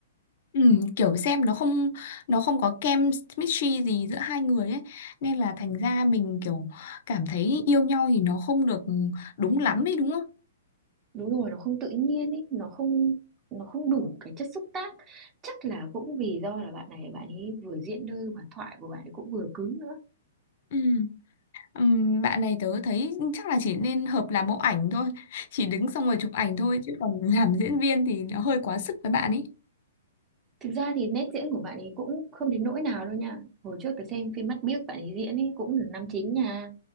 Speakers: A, on the left; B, on the right.
A: Ừ, kiểu xem nó không nó không có kem chemistry gì giữa hai người ấy nên là thành ra mình kiểu cảm thấy yêu nhau thì nó không được đúng lắm ấy đúng không
B: đúng rồi nó không tự nhiên ấy nó không nó không đủ cái chất xúc tác chắc là cũng vì do là bạn này bạn ấy vừa diễn đơ mà thoại của bạn ấy cũng vừa cứng nữa
A: ừ. Ừm, bạn này tớ thấy chắc là chỉ nên hợp làm mẫu ảnh thôi chỉ đứng xong rồi chụp ảnh thôi chứ còn <laughs> làm diễn viên thì nó hơi quá sức với bạn ấy
B: thực ra thì nét diễn của bạn ấy cũng không đến nỗi nào đâu nha hồi trước tôi xem phim Mắt Biếc bạn ấy diễn ấy cũng là nam chính nha